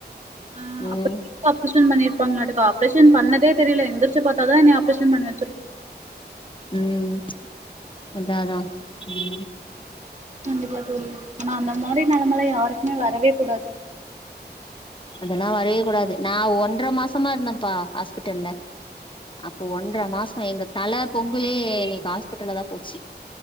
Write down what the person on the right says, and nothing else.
ஆ
ஆப்ரேஷன் பண்ணிருப்பாங்க ஆப்ரேஷன் பண்ணதே தெரியல எந்துருச்சு பாத்தாத நீ ஆப்ரேஷன் பண்ணுவ
கண்டிப்பா தோழி ஆனா அந்த மாரி நெலமல்லா யாருக்குமே வரவே கூடாது